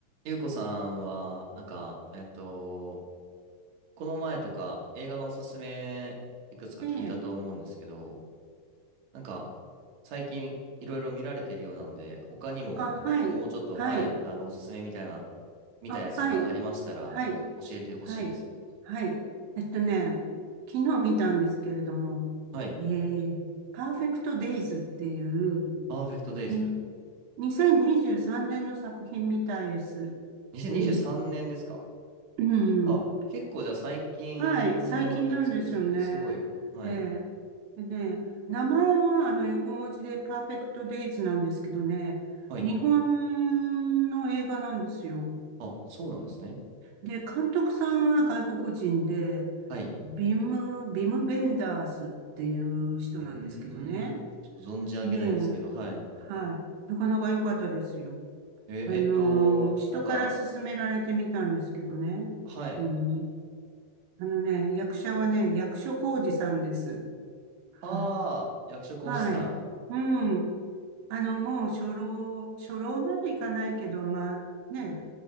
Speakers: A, on the right (about 60°); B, on the right (about 80°).
A: ゆうこさんは、なんか、えっと、この前とか映画のおすすめいくつか聞いたと思うんですけど、
B: ええ、
A: なんか、最近いろいろ見られてるようなので、他にももうちょっと、
B: あ、はい、はい、
A: はい、あの、おすすめみたいな、見たやつとかありましたら教えてほしいですね。
B: あ、はい、はい、はい、はい。えっとね、昨日見たんですけれども、
A: はい。
B: えー、パーフェクトデイズっていう、
A: パーフェクトデイズ。
B: に、2023年の作品みたいです。
A: 2023年ですか
B: うん。う
A: あ、
B: ん。
A: 結構じゃあ最近のやつですね。
B: はい、最近なんですよね。
A: すごい。はい。
B: ええ。でね、名前はあの横文字でパーフェクトデイズなんですけどね、
A: はい。
B: 日本の映画なんですよ。
A: あ、そうなんですね。
B: で、監督さんは外国人で、
A: はい。
B: ビム、ビム・ベンダースっていう人なんですけどね。
A: うーん。ちょっと存じ上げないですけど、
B: ねえ、
A: はい。
B: はい。なかなか良かったですよ。
A: え、
B: あのー、
A: えっと、
B: 人から勧められてみたんですけどね。
A: なんか、はい。
B: うん。あのね、役者はね、役所広司さんです。は、
A: ああ、役所広司さん。
B: はい。うん。あの、もう初老、初老までいかないけど、まあね、